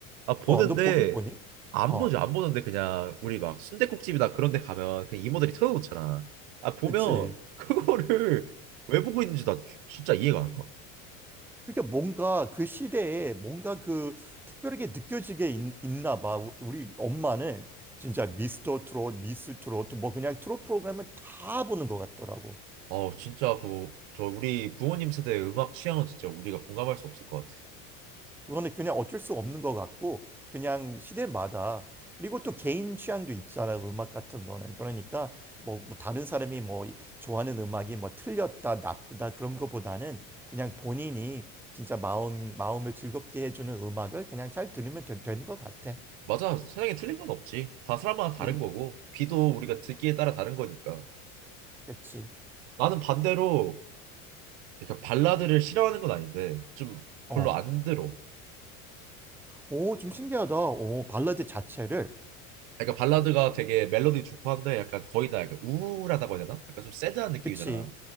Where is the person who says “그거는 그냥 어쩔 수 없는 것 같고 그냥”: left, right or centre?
Centre